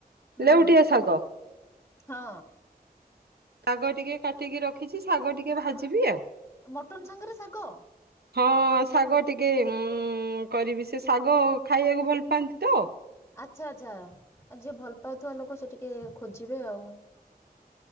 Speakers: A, on the left; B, on the right.
A: ହୁଁ
B: ଲେଉଟିଆ ଶାଗ
A: ହଁ
B: ଶାଗ ଟିକେ କାଟିକି ରଖିଛି ଶାଗ ଟିକେ ଭାଜିବି ଆଉ
A: ମଟନ୍ ସାଙ୍ଗରେ ଶାଗ
B: ହଁ ଶାଗ ଟିକେ ଉ କରିବି ସେ ଶାଗ ଖାଇବାକୁ ଭଲ ପାଆନ୍ତି ତ
A: ଆଚ୍ଛା ଆଚ୍ଛା ଆ ଯିଏ ଭଲ ପାଉଥିବା ଲୋକ ସେ ଟିକେ ଖୋଜିବେ ଆଉ